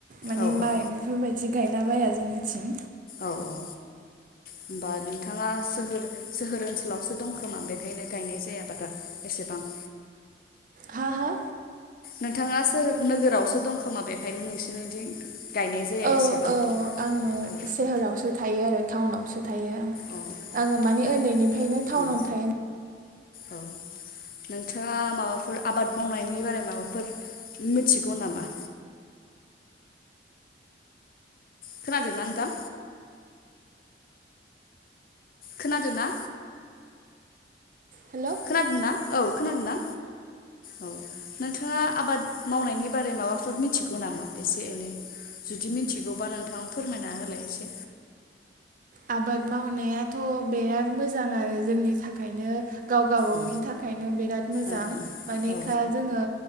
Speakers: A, on the right (about 50°); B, on the left (about 55°).
A: माने
B: औ
A: माइ
B: औ
A: बेफोरबायदि गाय दाबाया जोंनिथिं
B: औ औ होमबा नोंथाङा सोहोर सोहोर ओनसोलावसो दंखोमा बेखायनो गायनाय जाया बारा एसेबां
A: हा हा
B: नोंथाङा सोहोर नोगोरावसो दं खोमा बेखायनो नोंसोरनिथिं गायनाय जाया
A: औ
B: एसेबां
A: औ आङो
B: औ
A: सोहोरावसो थायो थायो आरो टाउनावसो थायो
B: औ
A: आङो माने
B: नो
A: उन्दैनिफ्रायनो टाउनाव
B: उम
A: थायो
B: औ नोंथाङा माबाफोर आबाद मावनायनि बारै माबाफोर मिथिगौ नामा खोनादो ना नोंथां खोनादो ना
A: हेल'
B: खोनादो ना औ खोनादो ना औ नोंथाङा आबाद मावनायनि बारै माबाफोर मिथिगौ नामा एसे एनै जुदि मिथिगौबा नोंथाङ फोरमायना होलाय एसे
A: आबाद मावनायाथ' बिराद मोजां आरो जोंनि थाखायनो गाव गबावनि
B: औ
A: थाखायनो बिराद मोजां
B: औ
A: मानेखा
B: औ
A: जोङो